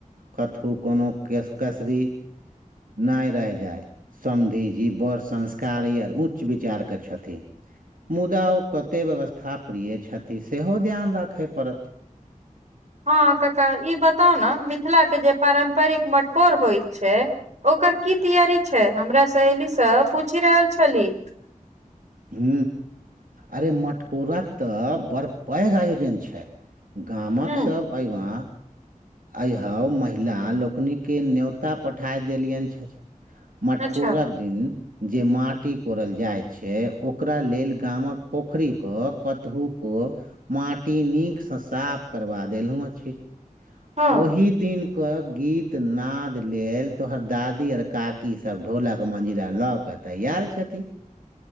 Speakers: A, on the right; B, on the right.
A: कथहु कोनो केस कसरी नय रहि जाय समधि जी बड़ संस्कारी आर उच्च विचार के क्षन मुदा ओ कतेक व्यवस्था प्रिय छथि सेहो ध्यान राखय पड़त
B: हँ कका ई बताउ ने मिथिला के जे पारम्परिक मटकोर होइत छै ओकर की तैयारी छै हमरा सहेलीसँ पूछि रहल छलीह
A: ह अरे मटकोराके तऽ बड़ पैघ आयोजन छै गामक
B: ह
A: सब अबा अइौ महिला लोकनिकेँ ने्योता पठा देलियनि छथि मटकोरक
B: अच्छा
A: दिन जे माटि कोरल जाइ छै ओकरा लेल गामक पोखरी क कतहु को माटी नीक सँ साफ करबा देलहुँ छी
B: हँ
A: ओहि दिन गीतनाद लेल तोहर दादी आओर काकीसभ ढोलक मञजिरा लऽ कऽ तैयार छथिन